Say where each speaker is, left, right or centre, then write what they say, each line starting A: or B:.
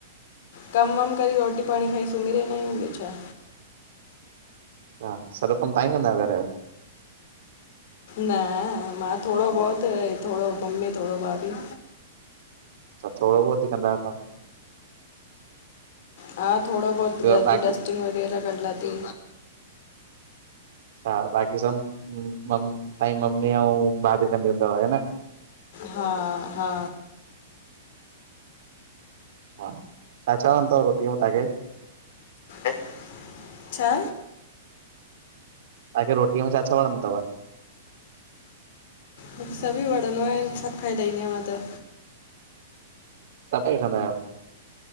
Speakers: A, on the left; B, on the right.
A: कम वम करे रोटी पाणी खाई सुम्ही रहंदा आंयूं, ॿियो छा!
B: अच्छा, सॼो कम तां ई कंदा आयो घर जो?
A: न मां थोङो बोहत, थोङो मम्मी, थोङो भाभी।
B: त थोङो बोहोत ई कंदा आयो कमु!
A: हा थोड़ा बहुत
B: ॿियो
A: घर जी
B: बाक़ी
A: डर्स्टिंग वग़ैरह कर लाथी।
B: हा बाक़ी सब कम तांईं मम्मी ऐं भाभी कंदियूं थव, ह न।
A: हा -हा
B: छा- छा वणंदो थव रोटीअ में तांखे?
A: अ, छा?
B: तहांखे रोटीअ में छा- छा वणंदो थव?
A: मूंखे सभी वणदो आहे, सभु खाई लाईंदी आंयां मां त।
B: सब खाई वठंदा आयो?